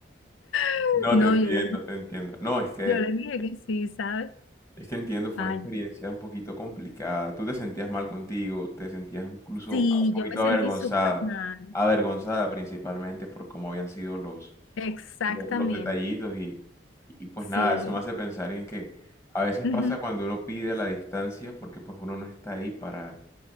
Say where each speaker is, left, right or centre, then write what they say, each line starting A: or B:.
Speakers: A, on the left (about 85°); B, on the left (about 15°).
A: <laughs>
B: No
A: No,
B: te entiendo,
A: yo le,
B: te entiendo. No, es que de
A: yo le dije que sí, ¿sabes?
B: Es que entiendo, fue
A: Ay,
B: una experiencia un poquito complicada. Tú te sentías mal contigo, te sentías incluso
A: sí,
B: un poquito
A: yo me sentí
B: avergonzada,
A: súper mal.
B: avergonzada principalmente por cómo habían sido los,
A: Exactamente,
B: lo- los, detallitos y, y pues
A: sí.
B: nada, eso me hace pensar en que a veces
A: ujú,
B: pasa cuando uno pide la distancia porque pues uno no está ahí para,